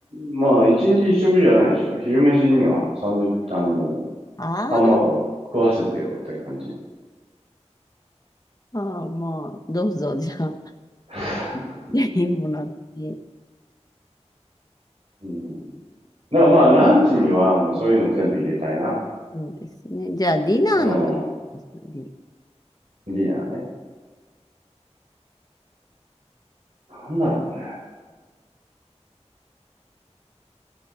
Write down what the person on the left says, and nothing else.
あー
あー、まあ、どうぞ、じゃあ、
ぜひもらって。
そうですね。じゃあ、ディナーの話で。